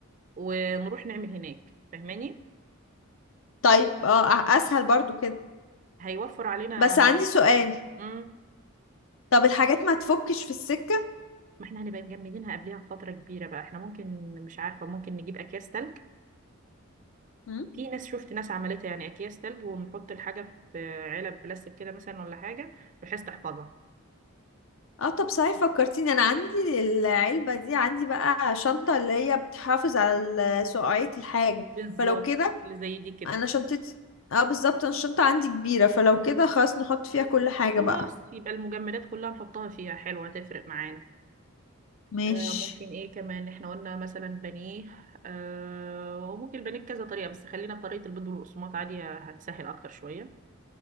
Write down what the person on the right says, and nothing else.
ونروح نعمل هناك فاهماني
هيوفر علينا
وقت
امم
ما احنا هنبقى مجمدينها قبلها بفترة كبيرة بقى احنا ممكن مش عارفة ممكن نجيب أكياس تلج
في ناس شفت ناس عملتها يعني أكياس تلج ونحط الحاجة في علب بلاستيك كده مثلا ولا حاجة بحيث تحفظها
بالظبط
اللي زي دي كده
خلاص
يبقى المجمدات كلها نحطها فيها حلوة تفرق معانا
آه ممكن ايه كمان احنا قلنا مثلا بانيه آه وممكن البانيه بكذا طريقة بس خلينا بطريقة البيض والقسماط عادي هتسهل أكتر شوية